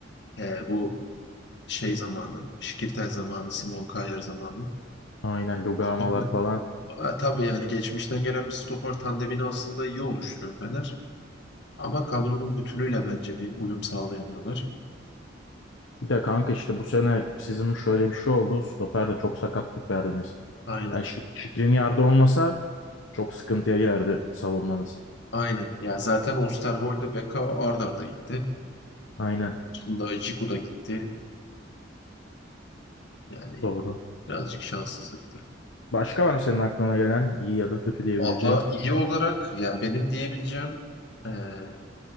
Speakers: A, on the left; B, on the left.
A: Ee, bu şey zamanı, Şikirtel zamanı, Simon Kjaer zamanı.
B: aynen Lugano'lar
A: Stoper,
B: falan.
A: Aa, tabii yani geçmişten gelen bir stoper tandemini aslında iyi oluşturuyor Fener. Ama kadronun bütünüyle bence bir uyum sağlayamıyorlar.
B: Bir de kanka işte bu sene sizin şöyle bir şey oldu. Stoper'de çok sakatlık verdiniz.
A: Aynen.
B: Yani Şi- Skriniar'da olmasa çok sıkıntıya girerdi savunmanız.
A: Aynen. Ya zaten Osterwolde, Beka ard arda gitti.
B: Aynen
A: Şimdi Ajiku da gitti. Yani
B: doğru.
A: birazcık şanssızlık.
B: Başka var mı senin aklına gelen iyi ya da kötü diyebileceğin?
A: Valla iyi olarak ya benim diyebileceğim eee,